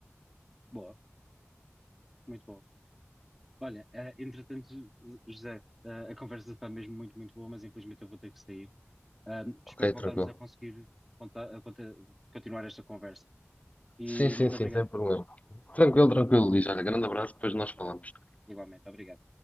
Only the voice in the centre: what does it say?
Boa, muito boa. Olha, eh, entretanto, José, eh, a conversa está mesmo muito, muito boa, mas infelizmente eu vou ter que sair. Ahm, espero
voltarmos
a conseguir contar- a conta- continuar esta conversa. E
muito obrigado.
Igualmente, obrigado.